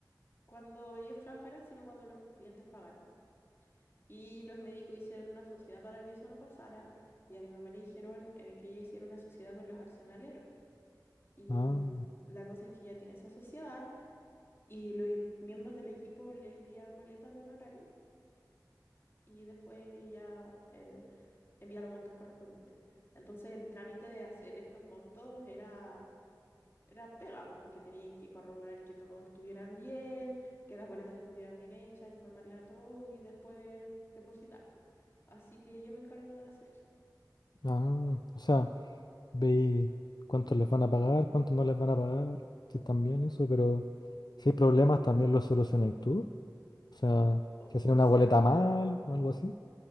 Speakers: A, on the left; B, on the left.
A: cuando ellos trabajaran, sino cuando los clientes pagaran. Y los médicos hicieron una sociedad para que eso no pasara y a mi mamá le dijeron eh, que ella hiciera una sociedad con los arsenaleros. Y
B: Ah,
A: mm, la cosa es que ella tiene esa sociedad y los miembros del equipo le envían boletas de honorario y después ella eh, envía los montos correspondientes. Entonces el trámite de hacer estos montos era, era pega, pues, porque tenía que corroborar que todos estuvieran bien, que las boletas estuvieran bien hechas, informarle a todos y después depositar, pues. Así que yo me encargo de hacer eso.
B: ah. O sea, veis cuánto les van a pagar, cuánto no les van a pagar. Sí, también eso, pero si hay problemas también los solucionáis tú. O sea,
A: O,
B: si hacen
A: o
B: una
A: sea,
B: boleta mal o algo así.